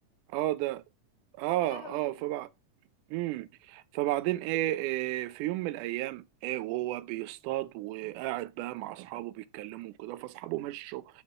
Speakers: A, on the right (about 85°); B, on the left (about 70°).
A: اه ده اه
B: <laughs> يا لهوي
A: اه فبقى امم فبعدين ايه, إيه في يوم من الايام ايه وهو بيصطاد وقاعد بقى مع اصحابه بيتكلموا وكده فاصحابه مشوا